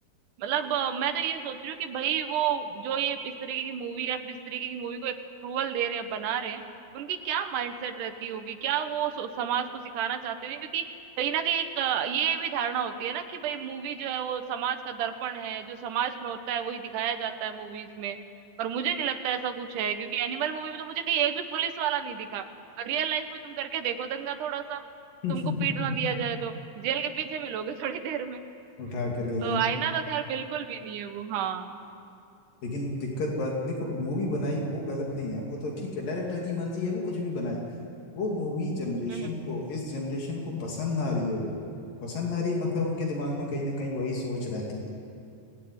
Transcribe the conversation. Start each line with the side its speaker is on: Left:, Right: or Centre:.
Right: मतलब अ, मैं तो ये सोच रही हूँ कि भाई वो जो ये इस तरीके की मूवी या फिर इस तरीके की मूवी को अप्रूवल दे रहे हैं बना रहे हैं उनकी क्या माइंडसेट रहती होगी क्या वो सो- समाज को सिखाना चाहते होंगे क्योंकि कहीं ना कहीं एक अ, ये भी धारणा होती है ना कि भाई मूवी जो है वो समाज का दर्पण है जो समाज में होता है वही दिखाया जाता है मूवीज में पर मुझे नहीं लगता ऐसा कुछ है क्योंकि एनिमल मूवी में तो मुझे कहीं एक भी पुलिस वाला नहीं दिखा और रियल लाइफ में तुम करके देखो दंगा थोड़ा सा
Left: <laughs>
Right: तुमको पीट ना दिया जाए तो जेल के पीछे मिलोगे थोड़ी देर में
Left: उठा के ले जाएंगे
Right: तो आईना तो खैर बिल्कुल भी नहीं है वो हाँ
Left: लेकिन दिक्कत बात देखो मूवी बनाई वो गलत नहीं है वो तो ठीक है डायरेक्टर की मर्जी है वो कुछ भी बनाए वो मूवी जनरेशन
Right: हम्म
Left: को इस जनरेशन को पसंद ना आ रही है वो पसंद ना आ रही है मतलब उनके दिमाग में कहीं ना कहीं वही सोच रहती